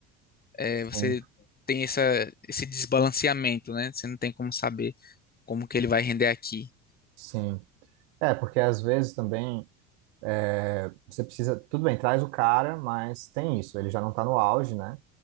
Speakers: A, on the left; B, on the right.
A: é,
B: Sim,
A: você tem essa, esse desbalanceamento, né? Você não tem como saber como que ele vai render aqui.
B: sim. É, porque às vezes também é, você precisa. Tudo bem, traz o cara, mas tem isso, ele já não tá no auge, né?